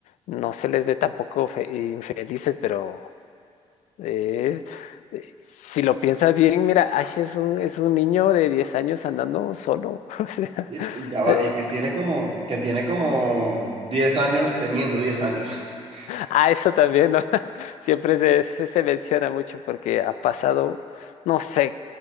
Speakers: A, on the left (about 80°); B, on the right (about 55°).
A: no se les ve tampoco fe- infelices, pero es- eh, Si lo piensas bien, mira, Ash es un, es un niño de 10 años andando solo. <laughs> O sea,
B: y,
A: <laughs>
B: y ya va,
A: Eh,
B: y que tiene como, que tiene como 10 años teniendo 10 años. <laughs>
A: Ah, eso también, ¿no? <laughs> Siempre se, se, se menciona mucho porque ha pasado, no sé,